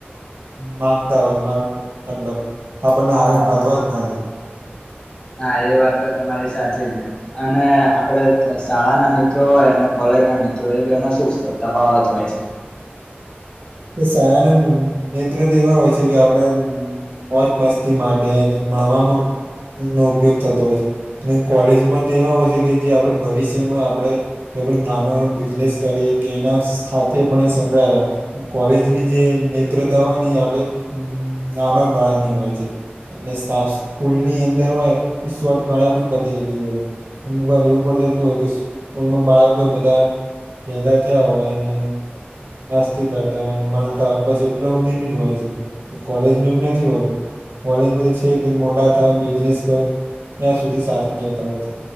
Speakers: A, on the right (about 70°); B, on the left (about 25°).
A: માંગતા હોય છે માર મતલબ આપણને આગળ
B: હા
A: વધવા જ ના દે.
B: હા એ વાત તો તમારી સાચી છે અને આપડે શાળાના મિત્રો હોય અને કોલેજ. મિત્રો એમાં સુતા ફાવત હોય છે.
A: શાળાના નેતૃત્વ એવા હોય છે કે આપડે મોજ મસ્તી માટે ને ભણવામાં નો ઉપયોગ થતો હોય છે અને કોલેજમાં તો એવા હોય છે કે જે આપડે ભવિષ્યમાં આપડે નાનો એવો બિઝનેસ કરીએ કે એના સાથે પણ એ સંકળાયેલા કોલેજની જે મત્રતા હોય ને એ આપડે નાના ગાળાની હોય છે સ્કૂલની અંદર હોય એ શોટ ગાળામાં જ પતી જતી હોય અમુક વાર એવું પણ થતું હોય કે સ્કૂલમાં બાળકો બધા ભેગા થયા હોય ને મસ્ત તી કરતા ભણતા બસ એટલી હુધીનીજ હોય છે કોલેજમાં એવું નથી હોતું કોલેજ મા છે મોટા થાય બિઝનેસ કર ત્યાં સુધી સાથે રેતા હોય છે